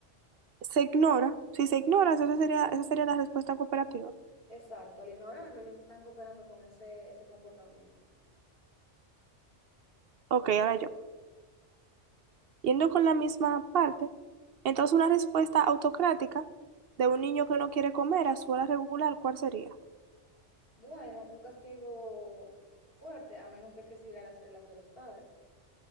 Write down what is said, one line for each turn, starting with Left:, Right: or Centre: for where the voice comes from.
Right: se ignora. Si se ignora, eso sería, esa sería la respuesta cooperativa.
Left: Exacto, al ignorarlo, ellos están cooperando con ese, ese comportamiento.
Right: Ok, ahora yo. Yendo con la misma parte, entonces una respuesta autocrática de un niño que no quiere comer a su hora regular, ¿cuál sería?
Left: Bueno, un castigo fuerte, a menos de que siga las reglas de los padres.